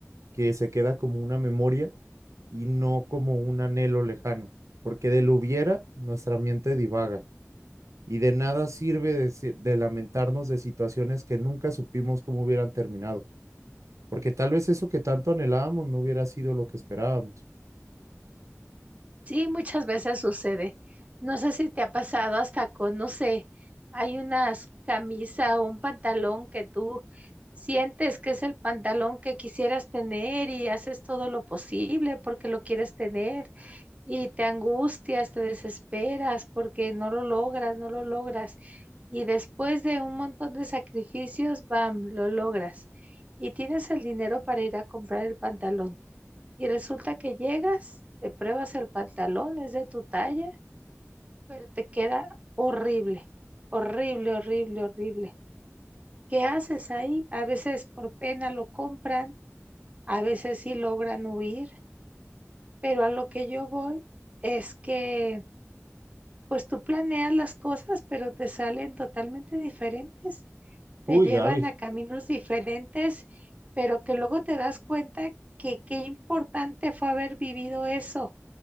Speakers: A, on the right; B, on the right.
A: que se queda como una memoria y no como un anhelo lejano, porque del hubiera nuestra mente divaga y de nada sirve de, si- de lamentarnos de situaciones que nunca supimos cómo hubieran terminado, porque tal vez eso que tanto anhelábamos no hubiera sido lo que esperábamos.
B: Sí, muchas veces sucede. No sé si te ha pasado hasta con, no sé, hay unas camisa o un pantalón que tú sientes que es el pantalón que quisieras tener y haces todo lo posible porque lo quieres tener y te angustias, te desesperas porque no lo logras, no lo logras. Y después de un montón de sacrificios, bam, lo logras. Y tienes el dinero para ir a comprar el pantalón. Y resulta que llegas, te pruebas el pantalón, es de tu talla, pero te queda horrible, horrible, horrible, horrible. ¿Qué haces ahí? A veces por pena lo compran, a veces sí logran huir, pero a lo que yo voy es que pues tú planeas las cosas, pero te salen totalmente diferentes, te
A: Uy,
B: llevan
A: Gaby,
B: a caminos diferentes, pero que luego te das cuenta que qué importante fue haber vivido eso